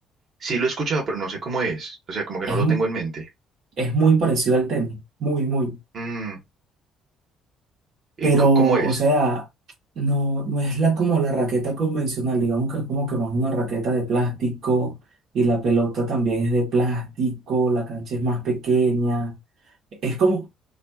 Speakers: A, on the right; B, on the right.
A: Sí lo he escuchado, pero no sé cómo es, o sea, como que
B: Es,
A: no lo
B: mu-
A: tengo en mente.
B: es muy parecido al tenis, muy, muy.
A: Mm, ¿y
B: Pero,
A: co-
B: o
A: cómo es?
B: sea, no, no es la, como la raqueta convencional, digamos que es como que más una raqueta de plástico y la pelota también es de plástico, la cancha es más pequeña. Es como